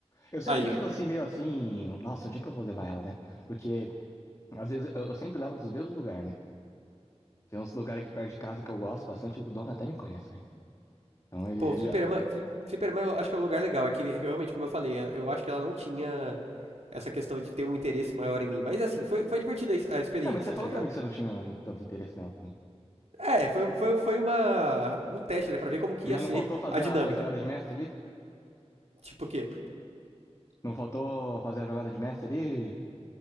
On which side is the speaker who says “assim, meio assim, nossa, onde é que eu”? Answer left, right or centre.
Left